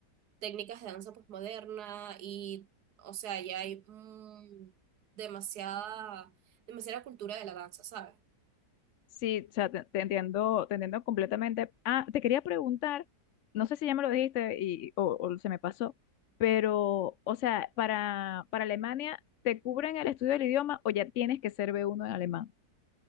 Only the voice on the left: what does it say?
Sí, o sea, te, te entiendo, te entiendo completamente. Ah, te quería preguntar, no sé si ya me lo dijiste y, o, o se me pasó, pero, o sea, para, para Alemania, ¿te cubren el estudio del idioma o ya tienes que ser B1 en alemán?